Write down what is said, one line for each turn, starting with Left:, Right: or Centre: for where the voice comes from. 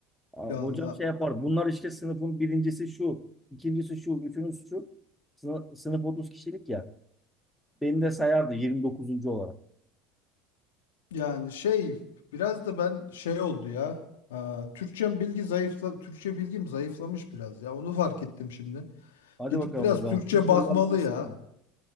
Centre: Aa,
Left: <laughs> Valla
Centre: Hocam şey yapardı. Bunlar işte sınıfın birincisi şu, ikincisi şu, üçüncüsü şu. Sınıf, sınıf 30 kişilik ya. Beni de sayardı 29. olarak.
Left: yani şey biraz da ben şey oldu ya. Aa, Türkçem bilgi zayıfla Türkçe bilgim zayıflamış biraz ya onu fark ettim şimdi.
Centre: Hadi
Left: Gidip
Centre: bakalım
Left: biraz
Centre: o zaman.
Left: Türkçe
Centre: Son sorular
Left: bakmalı
Centre: gelsin
Left: ya.
Centre: mi?